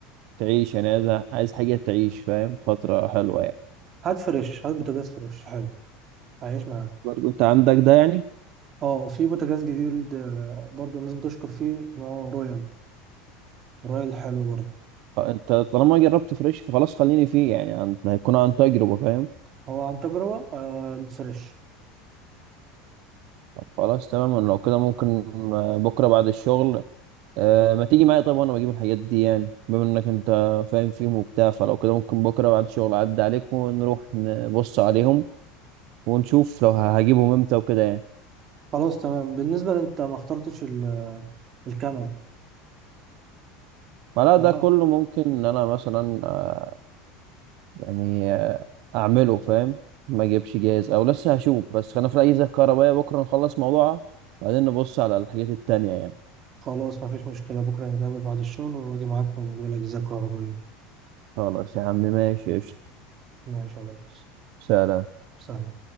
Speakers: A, on the right; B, on the right.
A: تعيش يعني عايز عايز حاجه تعيش فاهم فتره حلوه يعني
B: هات فريش هات بوتاجاز فريش حلو هيعيش معاها
A: برضه انت عندك ده يعني
B: اه وفي بوتاجاز جديد آه، برضه الناس بتشكر فيه نوعه رويال رويال حلو برضه
A: خ- انت طالما جربت فريش فخلاص خليني فيه يعني عن... هيكون عن تجربه فاهم
B: هو عن تجربة آه، الفريش
A: طب خلاص تمام أنا لو كده ممكن آه، بكره بعد الشغل أه ما تيجي معايا طيب وانا بجيب الحاجات دي يعني بما انك انت فاهم فيهم وبتاع فلو كده ممكن بكره بعد الشغل اعدي عليك ونروح نبص عليهم ونشوف لو هجيبهم امتى وكده يعني
B: خلاص تمام بالنسبة لأنت ما اخترتش ال- الكنب
A: فلا
B: فا
A: ده كله ممكن ان انا مثلا آه، يعني آه، اعمله فاهم ما اجيبش جاهز او لسه هشوف بس خلينا في الاجهزه الكهربائيه بكره نخلص موضوعها بعدين نبص على الحاجات التانية يعني
B: خلاص مفيش مشكلة بكرة نتقابل بعد الشغل وأجي معاك ونجيب الأجهزة الكهربائية
A: خلاص يا عم ماشي قشطة
B: ماشي يا ريس
A: سلام
B: سلام